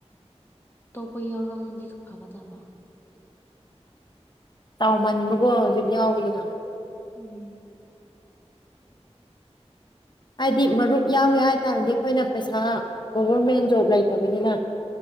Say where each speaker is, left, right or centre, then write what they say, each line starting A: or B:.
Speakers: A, on the left; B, on the left.
A: ꯇꯣꯄ ꯌꯥꯎꯔꯝꯃꯗꯤ ꯐꯒꯗꯕ
B: ꯇꯥꯎꯃꯟꯕꯒꯣ ꯍꯧꯖꯤꯛ ꯌꯥꯎꯕꯗꯨꯅ
A: ꯎꯝ
B: ꯍꯥꯏꯗꯤ ꯃꯔꯨꯞ ꯌꯥꯎꯒꯦ ꯍꯥꯏꯇꯥꯔꯗꯤ ꯑꯩꯈꯣꯏꯅ ꯄꯩꯁꯥ ꯒꯣꯕꯔꯃꯦꯟ ꯖꯣꯕ ꯂꯩꯇꯕꯅꯤꯅ